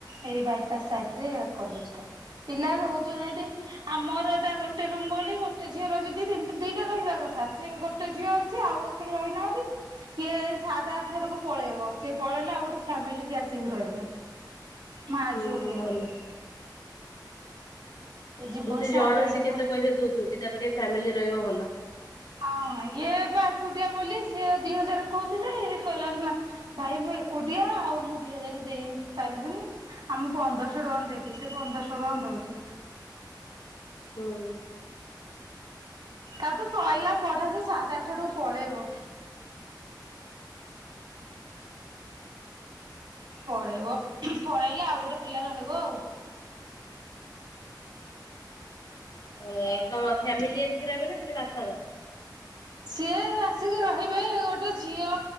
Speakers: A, on the right; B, on the left.
A: ଏଇ ବାଇପାସ ସାଇଟ୍ ରେ କଲେଜ ଟା ପିଲା ରହୁଛନ୍ତି ହେଠି ଆମର ଏଟା ଗୋଟେ ରୁମ୍ ବୋଲି ଗୋଟେ ଝିଅର ଯଦି ଦି ତିନ୍ ଦିଟା ରହିବା କଥା ସିଏ ଗୋଟେ ଝିଅ ଅଛି ଆଉ କେହି ରହିନାହାନ୍ତି ଇଏ ସାତ ଆଠେ ଆଡକୁ ପଳେଇବ ସିଏ ପଳେଇଲେ ଆଉ ଗୋଟେ ଫ୍ୟାମିଲି କିଏ ଆସିକି ରହିବେ ମା
B: ହୁଁ
A: ଝିଅ କିଏ
B: ଭଲ
A: ରହିବେ। ଯିବ
B: ଏମତି ଜଣ
A: ସାତ ଆଡକୁ
B: ସେ କେତେ ପଇସା ଦଉଥିବ କି ତା ପାଖେ ଫ୍ୟାମିଲି ରହିବ ଭଲ।
A: ହଁ ଇଏ ବା ଏକୁଟିଆ ବୋଲି ସିଏ ଦି ହଜାର କହୁଥିଲେ ଇଏ କହିଲା ନା ଭାଇ ମୁଁ ଏକୁଟିଆ ଆଉ ମୁଁ ଦି ହଜାର ଦେଇ ପାରିବିନି। ଆ ମୁଁ ପନ୍ଦର ଶହ ଟଙ୍କା ଦେବି ସେ ପନ୍ଦର ଶହ ଟଙ୍କା ଦୋଉଛି।
B: ହୁଁ।
A: ତା ତ ସଇଲା ପଢା ସେ ସାତ ଆଠା ଆଡକୁ ପଳେଇବ। ପଢଳେଇବ ପଳେଇଲେ ଆଉ ଗୋଟେ ପିଲା ରହିବ ଆଉ।
B: ଓ ଆଉ କଣ ଫ୍ୟାମିଲି ଆସିକି ରହିବେ ନା ଖାଲି ବାପା ମା।
A: ସିଏ ଆସିକି ରହିବେ ଗୋଟେ ଝିଅ